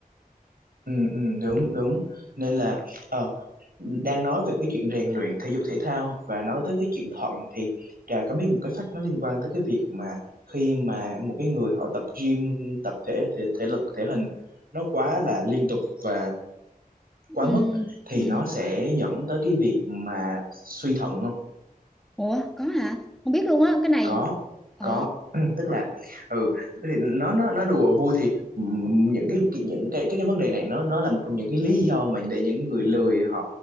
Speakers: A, on the right; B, in the centre.
A: ừ ừ đúng đúng nên là ờ đang nói về cái chuyện rèn luyện thể dục thể thao và nói tới cái chuyện thận thì Trà có biết một cái fact nó liên quan tới cái việc mà khi mà một cái người họ tập gym tập thể thể, thể lực thể hình nó quá là liên tục và
B: ừ,
A: quá mức thì
B: ừ.
A: nó sẽ dẫn tới cái việc mà suy thận không
B: Ủa có hả không biết luôn á cái này
A: có
B: ồ
A: có <clears throat> tức là ừ thì nó nó nó đùa vui thì ừm, những cái cái- những cái cái cái vấn đề này nó nó là một trong những cái lý do mà để những người lười họ